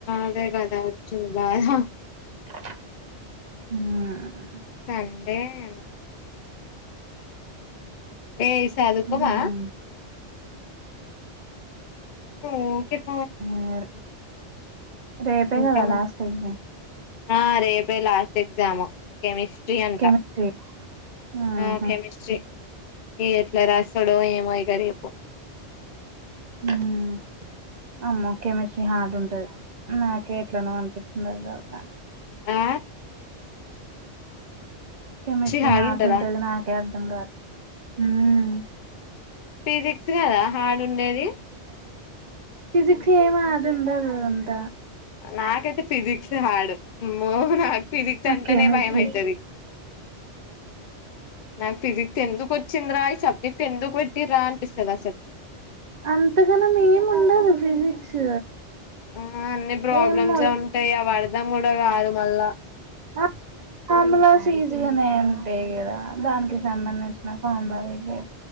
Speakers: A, on the left; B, on the right.
A: అదే కదా వచ్చింది బాధా
B: హ్మ్ ఆ
A: సందే మండే హేయ్ చదువుకోవా
B: ఉమ్,
A: ఆ ఓకేత్
B: ఆ రే రేపే
A: ఇంకా
B: కదా లాస్ట్ అయిందే
A: ఆ రేపే లాస్ట్ ఎగ్జాము కెమిస్ స్ట్రీ అంట
B: కెమిస్ట్రీ ఆహా
A: ఆ కెమిస్ట్రీ ఏ ఎట్లా రాసడో ఏమో ఇక రేపు
B: హ్మ్ అమ్మో కెమిస్ట్రీ హార్డ్ ఉంటది. నాకే ఎట్లనో అనిపించింది. అది చదువుతాంటే
A: ఆ
B: కెమిస్ట్రీ
A: హార్డ్
B: హార్ట్
A: ఉంటదా
B: ఉంటది. నాకే అర్థం కాదు హ్మ్మ్
A: ఫీజిక్స్ క్స్ కదా హార్డ్ ఉండేది
B: ఫిజక్స్ ఏం ఆటుండదు అంత
A: నాకైతే ఫిజిక్సే హార్డు మ్ హో నాకు ఫిసిక్స్
B: ఆ
A: అంటనే
B: కెమిస్ట్రీ
A: భయం ఐతాది నాకు ఫిజిక్స్ ఎందుకు వచ్చింద్రా ఈ సబ్జెక్ట్ ఎందుకు పెట్టిర్రా అనిపిస్తది అసలు
B: అంతగనం ఏం ఉండదు ఫిజిక్స్
A: ఆ అన్నీ ప్రాబ్లమ్సే
B: ఏమో
A: ఉంటాయి అవి అర్ధం కూడా కాదు మళ్ళా
B: <inaudible> ఫార్మ్లాస్ ఈజీగానే ఉంటాయి కదా దానికి సంబంధించిన ఫార్ములాలు ఐతే